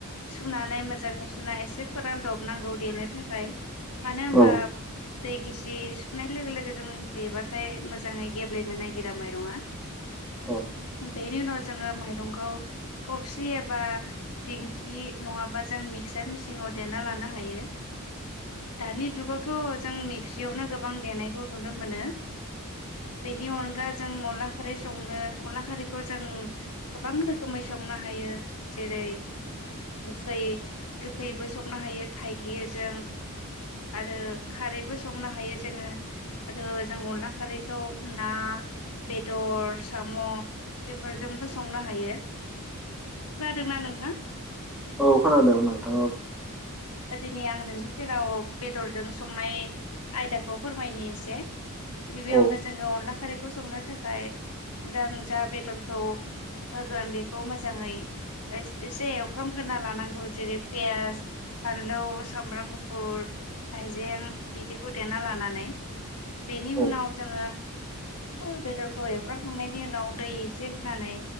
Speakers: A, on the left; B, in the centre.
A: सुनानै मोजाङै सुनानै एसे फोरान दब नांगौ देनो। थाखाय मानो होनबा
B: औ
A: दै गिसि सुनाय लोगो लोगो जों देबा फाय मोजाङै गेब्लेनो नायागिरा माइरङा
B: औ
A: बेनि उनाव जोंङो माइरंखौ थबसि एबा दिंखि नङाबा जों मिक्चार मिसिंआव नाव देना लानो हायो दानि जुगावथ' जोंनि खुसियावनो गोबां देनायखौ नुनो मोनो बेनि अनगा जों अनला खारै संनो अनला खारैखौ जों गोबां रोखोमै संनो हायो जेरै गोखै गोखैबो संनो हायो थाइगिरजों आरो खारैबो संनो हायो जोङो आरो जों अनला खारैखौ ना बेदर साम' बेफोरजोंबो संनो हायो । खोनादोंना नोंथां?
B: औ खोनादों नोंथां ओं।
A: ओ दिनै आं नोंनि सेराव बेदरजों संनाय आयदाखौ फोरमायनि एसे। गिबियावनो
B: औ
A: जोङो अनला खारैखौ संनो थाखाय जों जा बेदरखौ होगोन बेखौ मोजाङै एस एसे एवखामग्रोरोना लानांगौ जेरै पियास फानलौ सामब्राम गुफुर हाइजें बिदिखौ देना लानानै बेनि
B: औ
A: उनाव जोङो बेदरखौ एवफ्रांखांनायनि उनाव दै एसे होनानै